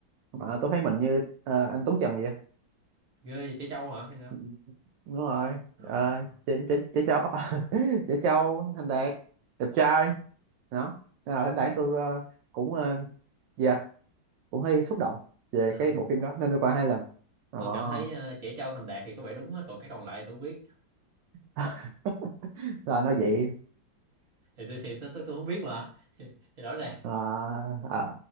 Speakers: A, on the right; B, on the right.
A: mà tôi thấy mình như ờ, anh Tuấn Trần vậy
B: ghê vậy trẻ trâu hả hay sao
A: Ừ, đúng rồi
B: Ờ.
A: Ờ, chị chị chị Châu <laughs> chị Châu Thành Đạt đẹp trai đó Nên là thỉnh thoảng tôi ờ, cũng ờ, dạ cũng hơi xúc động về
B: Ờ.
A: cái bộ phim đó nên tôi coi hai lần đó
B: tôi cảm thấy ờ, trẻ trâu thành đạt thì có vẻ đúng á còn cái còn lại tôi không biết
A: <laughs> là nó vậy
B: thì tôi thì tôi, tôi, tôi không biết mà <laughs> thì rõ ràng
A: Ờ, ờ.